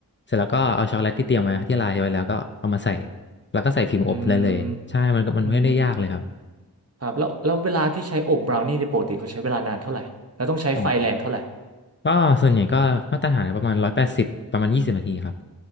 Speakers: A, on the left (about 35°); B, on the right (about 45°).
A: เสร็จแล้วก็เอาช็อกโกแลตที่เตรียมไว้ที่ลายไว้แล้วก็เอามาใส่แล้วก็ใส่พิมพ์อบเลยเลยใช่มันก็มันไม่ได้ยากเลยครับ
B: อืมอืมครับแล้วแล้วเวลาที่ใช้อบบราวนี่ในยปกติเขาใช้เวลานานเท่าไหร่แล้วต้องใช้ไฟแรงเท่าไหร่
A: อ๋อก็ส่วนใหญ่ก็มาตรฐานประมาณร้อยแปดสิบประมาณยี่สิบนาทีครับ